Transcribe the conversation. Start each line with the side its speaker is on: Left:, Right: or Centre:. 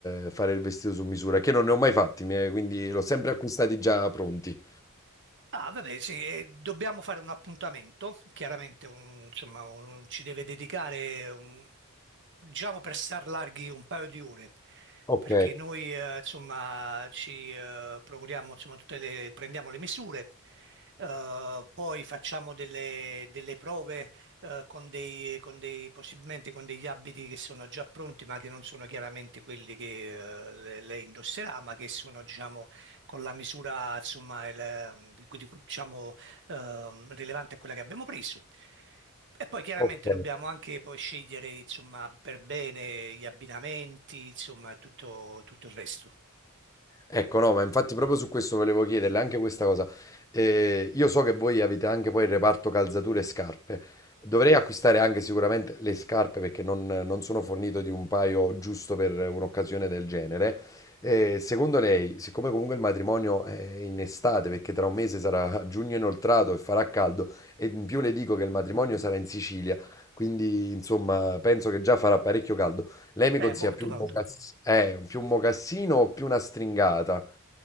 Left: eh, fare il vestito su misura? Che non ne ho mai fatti, mi- eh, quindi l'ho sempre acquistati già pronti.
Right: Ah, vabbè, sì, eh, dobbiamo fare un appuntamento, chiaramente un- insomma, un- ci deve dedicare, un- diciamo, per star larghi un paio di ore,
Left: Ok,
Right: perché noi eh, insomma, ci eh, procuriamo, insomma, tutte le, prendiamo le misure, eh, poi facciamo delle, delle prove eh, con dei, con dei, possibilmente con degli abiti che sono già pronti, ma che non sono chiaramente quelli che eh, le- lei indosserà, ma che sono, diciamo con la misura, insomma, il- di- di- diciamo, ehm, rilevante a quella che abbiamo preso. E poi chiaramente
Left: ok.
Right: dobbiamo anche poi scegliere, insomma, per bene gli abbinamenti, insomma, e tutto, tutto il resto.
Left: Ecco, no, ma infatti proprio su questo volevo chiederle anche questa cosa. Eh, io so che voi avete anche poi il reparto calzature e scarpe. Dovrei acquistare anche sicuramente le scarpe perché non, non sono fornito di un paio giusto per un'occasione del genere. Eh, secondo lei, siccome comunque il matrimonio è in estate, perché tra un mese sarà <laughs> giugno inoltrato e farà caldo, e in più le dico che il matrimonio sarà in Sicilia, quindi insomma penso che già farà parecchio caldo. Lei mi
Right: È
Left: consiglia
Right: molto
Left: più
Right: caldo.
Left: un, mocass- eh, più un mocassino o più una stringata?